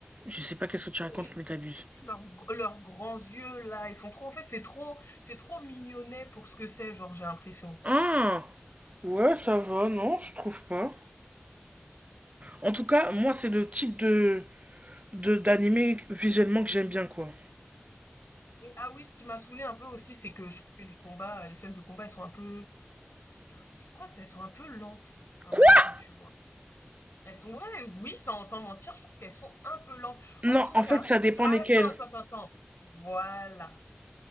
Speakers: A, on the right; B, on the left.
A: Je sais pas
B: Ah
A: qu'est-ce
B: si,
A: que tu racontes, mais t'abuses.
B: si, si, leurs leurs grands yeux là, ils sont trop. En fait, c'est trop, c'est trop mignonnet pour ce que c'est, genre j'ai l'impression.
A: Ah Ouais, ça va, non, je trouve pas. En tout cas,
B: Et,
A: moi, c'est le type de de d'animé visuellement que j'aime bien, quoi.
B: et- ah oui, ce qui m'a saoulé un peu aussi, c'est que je trouve que les combats, euh, les scènes de combat, elles sont un peu, je crois, qu'elles sont un peu lentes à
A: Quoi?
B: mon goût, tu vois. Elles sont, ouais, oui, sans, sans mentir, je trouve qu'elles sont un peu lentes.
A: Non,
B: En tout
A: en
B: cas,
A: fait, ça dépend
B: ce- ah,
A: lesquels.
B: attends, attends, attends, attends. Voilà.